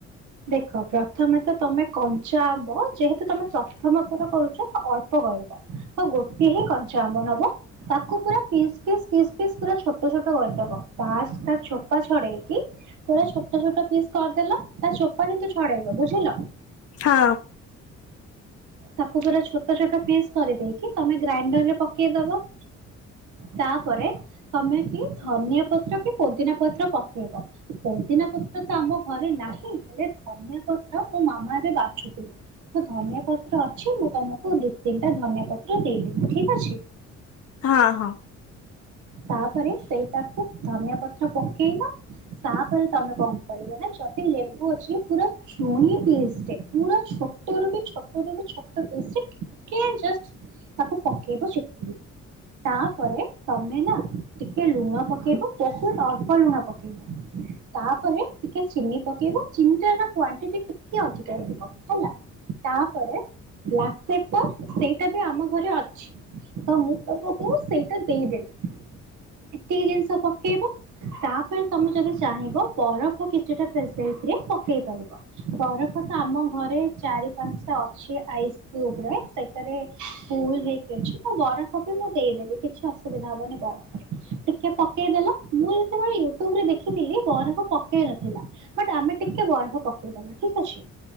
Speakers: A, on the right (about 75°); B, on the left (about 50°).
A: ଦେଖ ପ୍ରଥମେ ତ ତୋମେ କଞ୍ଚା ଆମ୍ବ ଯେହେତୁ ତୋମେ ପ୍ରଥମ ଥର କରୁଛ ତ ଅଳ୍ପ କରିବା ତ ଗୋଟିଏ ହିଁ କଞ୍ଚା ଆମ୍ବ ନବ। ତାକୁ ପୁରା ପିସ୍ ପିସ୍ ପିସ ପିସ୍ ପୁରା ଛୋଟ ଛୋଟ କରିଦବ <unintelligible> ଚୋ ପା ଛଡ଼େଇକି ପୁରା ଛୋଟ ଛୋଟ ପିସ୍ କରିଦେଲ। ତା ଚୋପା କିନ୍ତୁ ଛଡେଇବ ବୁଝିଲ।
B: ହଁ।
A: ତାକୁ ପୁରା ଛୋଟ ଛୋଟ ପିସ୍ କରିଦେଇକି, ତୋମେ ଗ୍ରାଇଣ୍ଡର ରେ ପକେଇଦବ। ତାପରେ ତୋମେ କି ଧନିଆ ପତ୍ର କି ପୋଦିନା ପତ୍ର ପକେଇବ। ପୋଦିନା ପତ୍ର ତ ଆମ ଘରେ ନାହିଁ, ହେଲେ ଧନିଆ ପତ୍ର ମୋ ମାମା ଏବେ ବାଛୁଥିଲେ। ତ ଧନିଆ ପତ୍ର ଅଛି, ମୁଁ ତୋମକୁ ଦି ତିନିଟା ଧନିଆ ପତ୍ର ଦେଇଦେବି ଠିକ ଅଛି।
B: ହଁ, ହଁ।
A: ତାପରେ ସେଇଟାକୁ ଧନିଆ ପତ୍ର ପକେଇଲ। ତାପରେ ତୋମେ କଣ କରିବ ନା ଯଦି ଲେମ୍ବୁ ଅଛି ପୁରା ଛୁଇଁ ପିସ୍ ଟେ ପୁରା ଛୋଟ ରୁ ବି ଛୋଟ ରୁ ବି ଛୋଟ ପିସ୍ ରେ କେ ଜଷ୍ଟ୍ ତାକୁ ପକେଇବ ଚିପୁଡ଼ିକି। ତାପରେ ତୋମେ ନା ଟିକେ ଲୁଣ ପକେଇବ, ବହୁତ ଅଳ୍ପ ଲୁଣ ପକେଇବ। ତାପରେ ଟିକେ ଚିନି ପକେଇବ। ଚିନିଟା ସେଟା କ୍ୱାଣ୍ଟିଟି ଟିକେ ଅଧିକ ରହିବ ହେଲା। ତାପରେ ବ୍ଲାକ୍ ପେପର୍ ସେଇଟା ବି ଆମ ଘରେ ଅଛି। ତ ମୁଁ ତୋମକୁ ସେଇଟା ଦେଇଦେବି। ଏତିକି ଜିନିଷ ପକେଇବ। ତାପରେ ତୋମେ ଯଦି ଚାହିଁବ ବରଫ କିଛିଟା ସେ ସେଇଥିରେ ପକେଇ ପାରିବ। ବରଫ ତ ଆମ ଘରେ ଚାରି ପାନ୍ସଟା ଅଛି ଆଇସ୍ କ୍ୟୁବ୍ ରେ। ସେଇଟାରେ ଫୁଲ୍ ହେଇକି ଅଛି, ତ ବରଫ ବି ମୁଁ ଦେଇଦେବି କିଛି ଅସୁବିଧା ହବନି ବରଫ ପାଇଁ। ଟିକେ ପକେଇଦେଲ, ମୁଁ ଯେତେବେଳେ ୟୁଟ୍ୟୁବରେ ଦେଖିଥିଲି ବରଫ ପକେଇ ନଥିଲା। ବଟ୍ ଆମେ ଟିକେ ବରଫ ପକେଇ ଦବା ଠିକ ଅଛି।